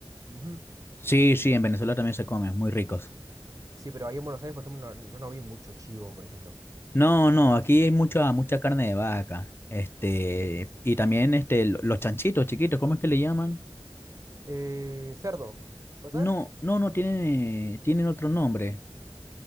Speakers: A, on the right; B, on the left.
A: Ujú.
B: Sí, sí, en Venezuela también se comen, muy ricos.
A: Sí, pero ahí en Buenos Aires, por ejemplo, no- yo no vi mucho chivo, por ejemplo.
B: No, no, aquí hay mucha, mucha carne de vaca. Este, y también este, lo- los chanchitos chiquitos, ¿cómo es que le llaman?
A: Eh, cerdo, ¿puede
B: No,
A: ser?
B: no, no, tienen, eh, tienen otro nombre.